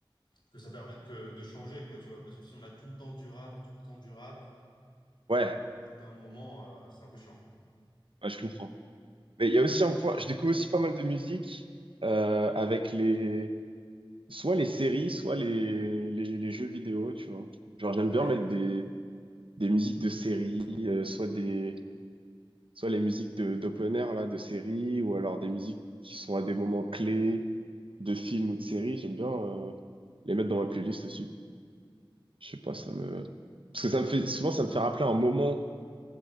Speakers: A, on the left; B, on the right.
A: que ça permette que, de changer, quoi, tu vois. Parce que si on a tout le temps du rap, tout le temps du rap,
B: Ouais,
A: au bout d'un moment, euh, c'est un peu chiant.
B: ouais, je comprends. Mais il y a aussi un point, je découvre aussi pas mal de musique euh, avec les soit les séries, soit les, les, les jeux vidéo, tu vois. Genre j'aime
A: Ouais,
B: bien mettre des, des musiques de séries, euh, soit des, soit les musiques de d'open air là de séries ou alors des musiques qui sont à des moments clés de films ou de séries j'aime bien euh, les mettre dans ma playlist aussi je sais pas ça me parce que ça me fait souvent ça me fait rappeler un moment